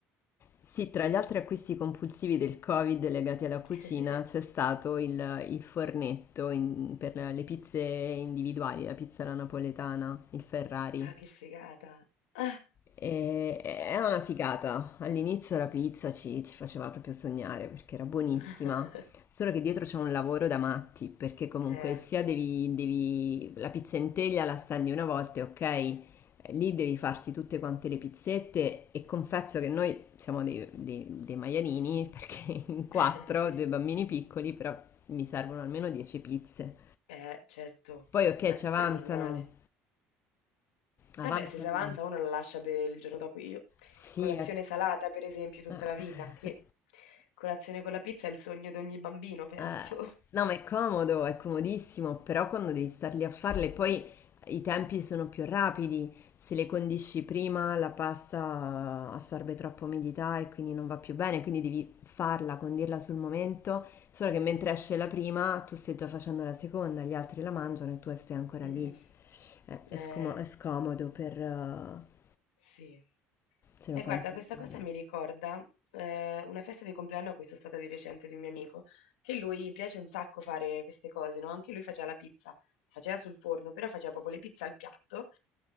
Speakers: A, on the left; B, on the left.
A: Sì, tra gli altri acquisti compulsivi del Covid legati alla cucina
B: <laughs>
A: c'è stato il, il fornetto in- per le pizze individuali, la pizza alla napoletana, il Ferrari.
B: Ah, che figata. Ah.
A: E era una figata. All'inizio la pizza ci, ci faceva proprio sognare perché era buonissima.
B: <laughs>
A: Solo che dietro c'è un lavoro da matti, perché comunque
B: Eh.
A: sia devi, devi- la pizza in teglia la stendi una volta, e ok? eh, Lì devi farti tutte quante le pizzette e confesso che noi siamo dei, dei- dei maialini perché <laughs> in quattro,
B: <laughs>
A: due bambini piccoli, però mi servono almeno 10 pizze.
B: Eh, certo,
A: Poi ok,
B: ma
A: ci avanzano,
B: è normale. Vabbè,
A: avanzano.
B: se si avanza uno la lascia per il giorno dopo. Io
A: Sì,
B: colazione
A: è-
B: salata, per esempio, tutta
A: eh.
B: la vita, che colazione con la pizza è il sogno di ogni bambino, penso.
A: Eh, no,
B: <laughs>
A: ma è comodo, è comodissimo, però quando devi star lì a farle, poi i tempi sono più rapidi. Se le condisci prima, la pasta assorbe troppa umidità e quindi non va più bene, quindi devi farla, condirla sul momento. Solo
B: Mm.
A: che mentre esce la prima, tu stai già facendo la seconda, gli altri la mangiano e tu stai ancora
B: Mm.
A: lì. Eh, È,
B: Eh.
A: scomo- è scomodo per, eh,
B: Sì.
A: se
B: E
A: lo fai
B: guarda,
A: in famiglia.
B: questa cosa mi ricorda eh, una festa di compleanno a cui sono stata di recente di un mio amico, che lui piace un sacco fare queste cose, no? Anche lui faceva la pizza, faceva sul forno, però faceva proprio le pizze al piatto,